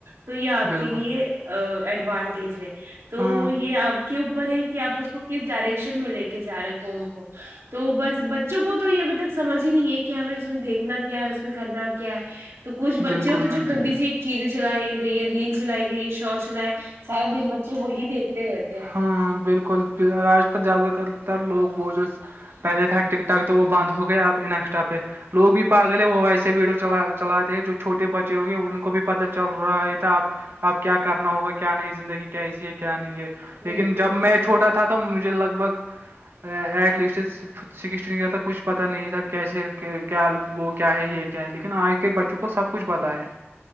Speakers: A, on the right (about 75°); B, on the right (about 60°).
A: تو یہ آپ
B: بالکل
A: کے لیے ایڈوانٹیج ہے تو
B: ہاں
A: یہ اب <unintelligible> کے اوپر ہے کہ آپ اس کو کس ڈائریکشن میں لے کے جا رہے فون کو تو بس بچوں کو تو یہ ابھی تک سمجھ ہی نہیں ہے کہ ہمیں اس میں دیکھنا کیا ہے اس میں کرنا کیا ہے تو کچھ بچے
B: بالکل
A: ہو تو جو
B: میم
A: گندی سی چیزیں چلائی گئی ہیں ریل چلائی گئی شارٹ چلائے سارے دن بچے وہی دیکھتے رہتے ہیں
B: ہاں ہ بالکل آج ت زیادہ تر تر لوگ بوجھو پہلے تھا ٹک ٹک تو وہ بند ہو گیا اب انسٹا پہ لوگ بھی پاگل ہے وہ ایسے ویڈیو چ چلاتے ہیں جو چھٹے بچے ہو گئے ان کو بھی پتا چل رہا ہے تھا آ اب کیا کرنا ہوگا کیا نہیں زندگی کیسی ہے کیا نہیں ہے لیکن
A: بالکل
B: جب
A: بالکل
B: میں چھوٹا تھا توم مجھے لگ بگ ایٹ لسٹس سکسٹین ایئر تک کچھ پتہ نہیں تھا کیسے کیا وہ کیا ہے یہ کیا ہے لیکن آج کے بچوں کو آ کو سب کچھ پت ہے